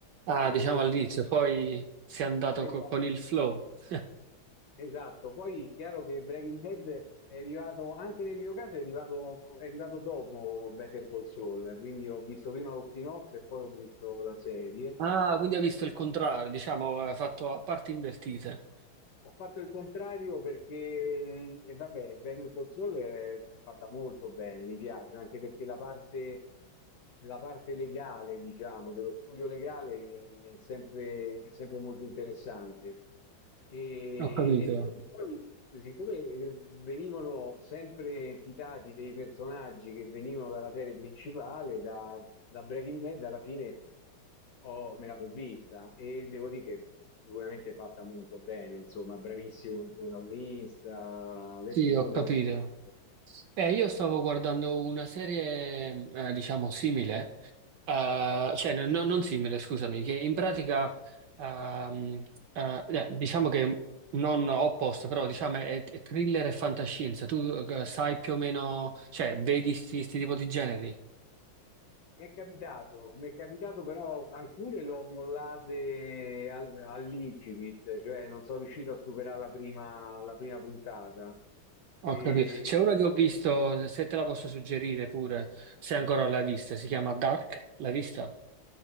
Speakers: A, on the right; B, on the left.
A: Ah,
B: E,
A: diciamo all'inizio, poi si è andato
B: ah, esatto.
A: co- con il flow. <laughs>
B: Esatto, poi chiaro che Breaking Bad è arrivato, anche nel mio caso è arrivato, è arrivato dopo Better Call Saul, quindi ho visto prima lo spin-off e poi ho visto la serie.
A: Ah, quindi ha visto il contrario, diciamo, ha fatto a parti invertite.
B: Ho fatto il contrario perché, e vabbè, Better Call Saul è, è fatta molto bene, mi piace, anche perché la parte, la parte legale, diciamo, dello studio legale è sempre, è sempre molto interessante. E,
A: Ho capito.
B: e da lì poi, siccome eh, venivano sempre citati dei personaggi che venivano dalla serie principale, da, da Breaking Bad, alla fine. Ho- me la sono vista e devo dire che sicuramente è fatta molto bene, insomma, bravissimo il protagonista. Adesso
A: Sì,
B: il
A: ho
B: nome
A: capito.
B: non mi ricordo.
A: Eh, io stavo guardando una serie, eh, diciamo, simile. Eh, cioè, no- no- non simile, scusami, che in pratica, ehm, eh, eh, diciamo che non opposto, però diciamo è, è thriller e fantascienza. Tu eh, sai più o meno, cioè, vedi sti, sti tipo di generi?
B: Mi è capitato, mi è capitato però alcune l'ho mollate al- all'incipit, cioè non sono riuscito a superare la prima, la prima puntata. E,
A: Ho capito. C'è uno che ho visto, se te la posso suggerire pure, se ancora l'hai vista, si chiama Dark, l'hai vista?